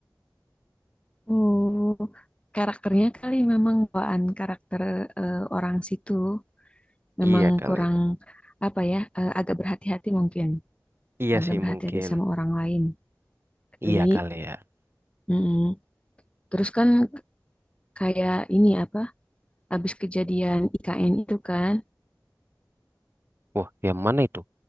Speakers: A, on the left (about 15°); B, on the right (about 30°).
A: oh, karakternya kali memang bawaan karakter eh, orang situ
B: Iya
A: memang
B: kali.
A: kurang apa ya, eh, agak berhati-hati mungkin,
B: Iya
A: agak
B: sih
A: berhati-hati
B: mungkin.
A: sama orang lain kali.
B: Iya kali ya.
A: Mm-mm. Terus kan kayak ini apa, habis kejadian IKN itu kan
B: Wah, yang mana itu?